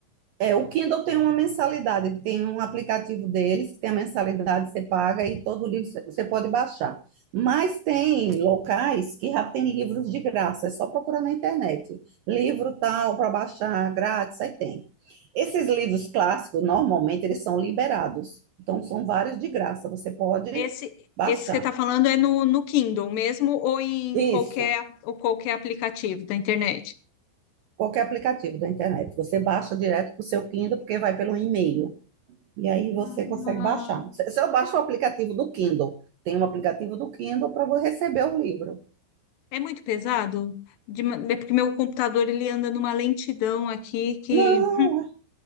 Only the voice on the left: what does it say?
Esse,
esse que você está falando é no, no Kindle mesmo ou em
qualquer, ou qualquer aplicativo da internet?
Ah,
é muito pesado? De ma- é porque meu computador ele anda numa lentidão aqui que